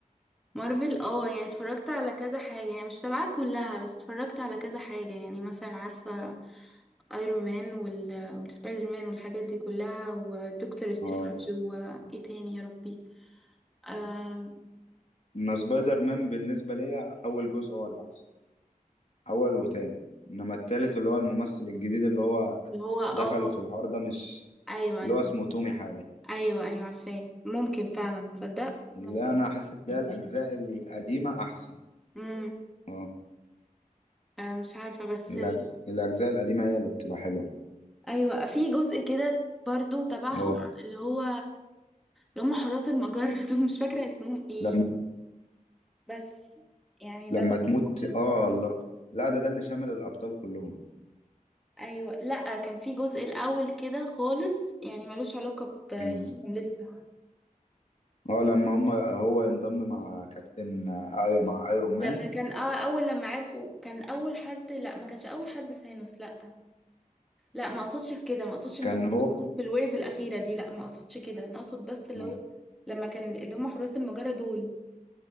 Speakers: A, in the centre; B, on the left (about 55°).
A: مارفل اه يعني اتفرجت على كذا حاجه يعني مش تبعها كلها بس اتفرجت على كذا حاجه يعني مثلا عارفه ايرون مان وال... والسبايدر مان والحاجات دي كلها ودكتور سترينج
B: اه
A: وايه تاني يا ربي آم،
B: أنا سبايدر مان بالنسبة ليا أول جزء هو اللي أحسن اول وتاني انما التالت اللي هو الممثل الجديد اللي هو
A: اللي هو اه
B: دخل في الحوار ده مش
A: ايوه
B: اللي
A: أيوه.
B: هو اسمه تومي حاجة
A: ايوه ايوه عارفاه ممكن فعلا تصدق
B: لا
A: ممكن
B: انا احس ان
A: ممكن.
B: هي الاجزاء القديمة احسن
A: امم
B: اه
A: آه مش عارفه بس
B: الأج-
A: <laughs>
B: الاجزاء القديمة هي اللي بتبقى حلوة
A: ايوه في جزء كده برضو تبعهم
B: اه
A: اللي هو اللي هم حراس المجر <laughs> دول مش فاكره اسمهم ايه
B: لما
A: بس يعني ده
B: لما
A: بجد.
B: تموت اه لا لا ده ده اللي شامل الابطال كلهم
A: ايوه لا كان في جزء الاول كده خالص يعني ملوش علاقه ب-
B: مم.
A: بيهم لسه
B: اه لما هم هو انضم مع كابتن ايوه مع ايرون مان
A: لما كان اه اول لما عرفوا كان اول حد لا ما كانش اول حد سانوس لا لا ما اقصدش في كده ما اقصدش ان
B: كان هو
A: هم بالويرز الاخيره دي لا ما اقصدش كده انا اقصد بس اللي
B: اه
A: هو لما كان اللي هم حراس المجره دول